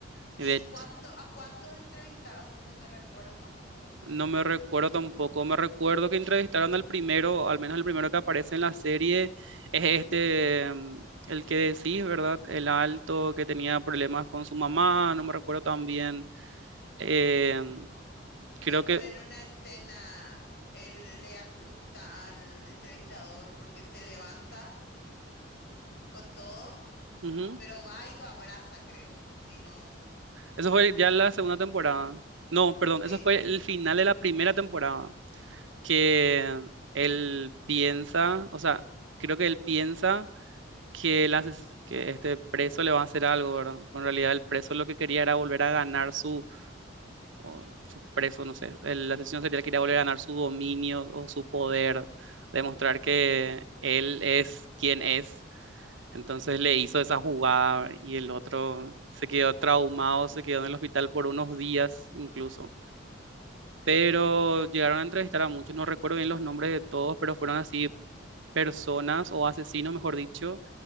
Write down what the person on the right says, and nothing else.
Y
De, hecho,
no me recuerdo tampoco, me recuerdo que entrevistaron al primero, al menos el primero que aparece en la serie, es este, mm, el que decís, ¿verdad? El alto
que tenía problemas con su mamá, no me recuerdo
tan
bien. Em, creo
que...
ujú.
Eso fue ya la segunda temporada. No, perdón,
eso fue el final de la primera temporada. que él piensa, o sea, creo que él piensa que, el ases- que este preso le va a hacer algo, ¿verdad? Pero En realidad el preso lo que quería era volver a ganar su, o su preso, no sé, el asesino serial quería volver a ganar su dominio o su poder, demostrar que él es quien es. Entonces le hizo esa jugada y el otro se quedó traumado, se quedó en el hospital por unos días incluso
pero llegaron a entrevistar a muchos, no recuerdo bien los nombres de todos, pero fueron así personas o asesinos, mejor dicho,